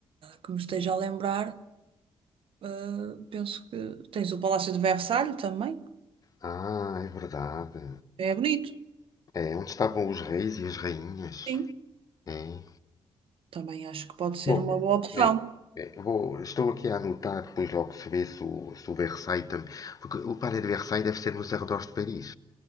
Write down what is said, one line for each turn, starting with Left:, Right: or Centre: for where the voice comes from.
Right: que me esteja a lembrar, ah, penso que tens o Palácio de Versalhes também.
Left: Ah, é verdade.
Right: É bonito,
Left: É, onde estavam os reis e as rainhas?
Right: sim.
Left: É.
Right: Também acho que pode ser
Left: Bom,
Right: uma boa opção.
Left: é, é, vou- estou aqui a anotar, depois logo se vê se o, se o Versailles também. Porque o Palais de Versailles deve ser nos arredores de Paris.